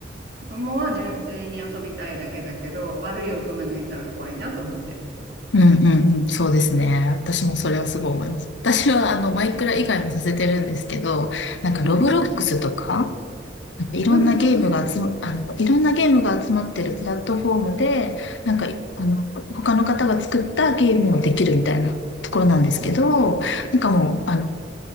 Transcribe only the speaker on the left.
うんうんうん。そうですね。私もそれはすごい思います。私は、あの、マイクラ以外もさせてるんですけど、なんか、ロブロックスとか、
なんかいろんなゲームが集ま、
あの、いろんなゲームが集まってるプラットフォームで、なんか、あの、他の方が作ったゲームをできるみたいなところなんですけど、
なんかもう、あの、